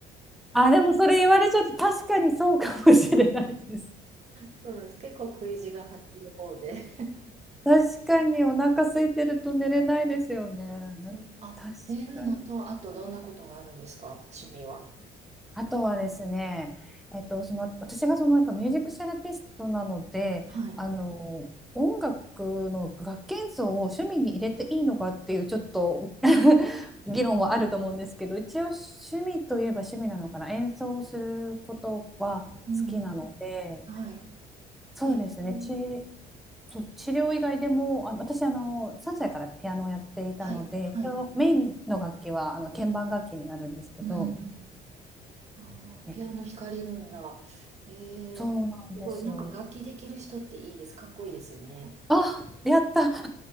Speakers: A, in the centre; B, on the right.
A: あ、でもそれ言われちゃって確かにそうかもしれないです。
B: そうなんです。結構食い地が張ってる方で。
A: 確かにお腹空いてると寝れないですよね。
B: そうあ、
A: 確かに。
B: 寝るのと、あとどんなことがあるんですか趣味は。
A: あとはですね、えっと、その私がそのやっぱミュージックセラピストなので、
B: はい。
A: あの音楽の楽器演奏を趣味に入れていいのかっていうちょっと <laughs>
B: うん。うん。
A: 議論はあると思うんですけど、一応趣味といえば趣味なのかな、演奏をすることは好きなので、
B: うん。うんはい。
A: そうですね、
B: えー
A: ちそう治療以外でも、あの私あの、3歳からピアノをやっていたので、
B: はい、はい。
A: 一応メインの楽器はあの鍵盤楽器になるんですけど、
B: うん。あーピアノ弾かれるんだ。
A: え
B: へえ、
A: そうなんですよ。
B: すごい。なんか楽器できる人っていいです。かっこいいですよね。
A: あ、やった。<laughs>